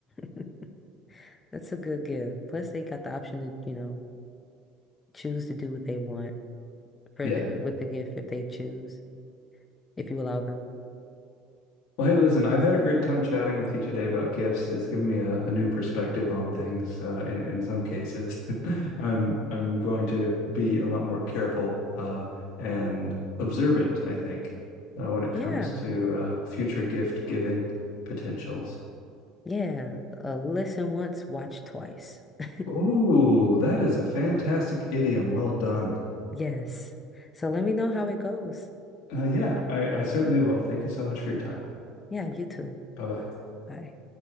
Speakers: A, on the left; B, on the left.
A: <laughs> That's a good gift. Plus, they got the option to, you know, choose to do what they want for
B: Yeah.
A: the, with the gift if they choose, if you allow them.
B: Well, hey, listen, I've had a great time chatting with you today about gifts. It's given me a, a new perspective on things, uh, in, in some cases. <laughs> I'm I'm going to be a lot more careful, uh, and observant, I think, uh, when it
A: Yeah.
B: comes to uh, future gift giving potentials.
A: Yeah. Uh, listen once, watch twice. <laughs>
B: Oh, that is a fantastic idiom. Well done.
A: Yes. So let me know how it goes.
B: Uh, yeah, I, I certainly will. Thank you so much for your time.
A: Yeah, you too.
B: Bye bye.
A: Bye.